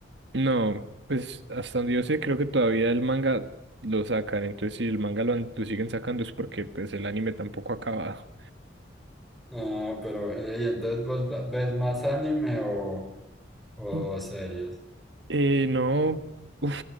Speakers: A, on the right (about 65°); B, in the centre.
A: No, pues hasta donde yo sé, creo que todavía el manga lo sacan, entonces si el manga lo, han- lo siguen sacando es porque pues el anime tampoco ha acabado.
B: No, pero, ey, entonces vos ve- ves más anime o, o
A: Mm.
B: series.
A: Eh, no, uf,